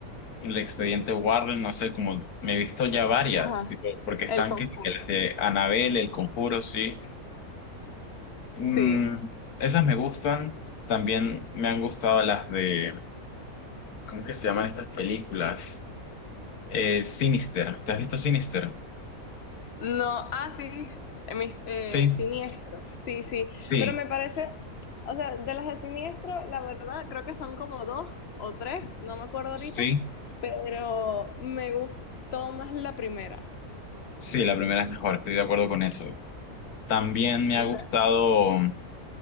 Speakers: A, on the left; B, on the left.
A: El Expediente Warren, no sé, como me he visto ya varias,
B: Ajá,
A: tipo, porque están
B: el conjuro.
A: que sí que las de Annabelle, El Conjuro, sí. Mm,
B: Sí.
A: esas me gustan. También me han gustado las de, ¿cómo que se llaman estas películas? Eh, Sinister. ¿Te has visto Sinister?
B: No, ah, sí, mis, eh,
A: Sí,
B: siniestros. Sí, sí,
A: sí,
B: pero me parece, o sea, de las de siniestro, la verdad, creo que son como dos o tres, no me acuerdo ahorita,
A: sí,
B: pero me gustó más la primera.
A: sí, la primera es mejor, estoy de acuerdo con eso. También me
B: La-
A: ha gustado,